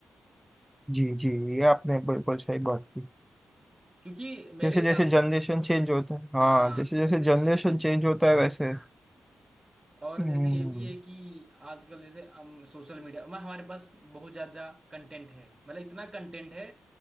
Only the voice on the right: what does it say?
क्योंकि मेरे
हिसाब
से
हाँ
जनरेशन
वाइज
और
जैसे ये भी है कि आजकल जैसे हम सोशल मीडिया में हमारे पास बहुत ज़्यादा कंटेंट है मतलब इतना कंटेंट है